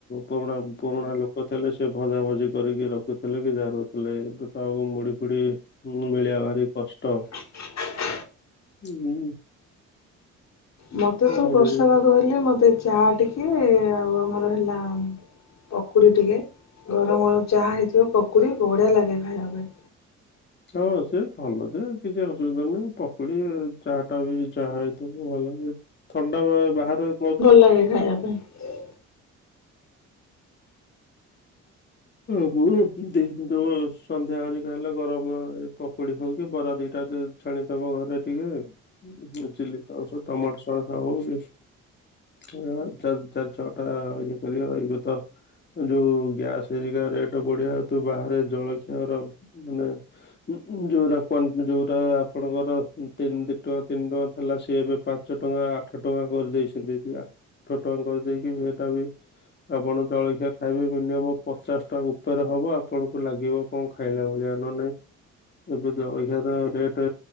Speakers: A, on the left; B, on the left.
A: ପୁରୁଣା ପୁରୁଣା ଲୋକ ଥିଲେ ସେ ଭଜା ଭ ଜି କରିକି ରଖୁଥିଲେ କି ଯା ରହୁଥିଲେ ଏବେ ତ ଆଉ ମୁଢି ଫୁଢ଼ି ମିଳିବା ଭାରି କଷ୍ଟ।
B: ହ
A: ହୁଁ।
B: ମତେ ତ
A: ମୁଢି
B: ବର୍ଷା ଭାଗ ହେଲେ ମତେ ଚା ଟିକେ ଆଉ ଆମର ହେଲା ପକୁଡି ଟିକେ ଗରମ ଗରମ ଚା ହେଇଥିବ ପକୁଡି ବଢିଆ ଲାଗେ ଖାଇଆ ପାଇଁ।
A: ହଁ ସେ ଭଲ ସେ କିଛି ଅସୁବିଧା ନାହିଁ ପକୁଡି ଚାହା ଟା ବି ଚାହା ହେଇଥିବ ଭଲ ଥଣ୍ଡା ବାହାରେ
B: ଲାଇ ଖାଇଆ ପାଇଁ।
A: ହ ମୁ ଦେ ଗୋ ସନ୍ଧ୍ୟା ଆରିକା ହେଲେ ଗରମ ଏ ପକୁଡି ହଉ କି ବରା ଦିଟା ଛାଣିଦବ ଘରେ ଟିକେ ଚିଲି ସସ ଟମାଟୋ ସସ୍ ହଉ ଚାରି ଛଅ ଟା ଇଏ କରିବ ଏଗ ତ ଯୋଉ ଗ୍ୟାସ ସେଇବିକା ରେଟ ବଢିଆ ତୁ ବାହାରେ ଜଳଖିଆର ମାନେ ଉ ଯଉଟା କ ଯୋଉଟା ଆପଣଙ୍କର ତିନି ଦି ଟଙ୍କା ତିନି ଟଙ୍କା ଥିଲା ସିଏ ଏବେ ପାଞ୍ଚ ଟଙ୍କା ଆଠ ଟଙ୍କା କରିଦେଇଛନ୍ତି ଆଠ ଟଙ୍କା କରିଦେଇକି ଏଟା ବି ଆପଣ ଜଳଖିଆ ଖାଇବେ ମିନିମମ୍ ପଚାଶ ଟଙ୍କା ଉପରେ ହବ ଆପଣଙ୍କୁ ଲାଗିବ କଣ ଖାଇଲା ଭଳିଆ ନ ନାଇଁ। ଏବେ ତ ଅଧିକା ର ରେଟ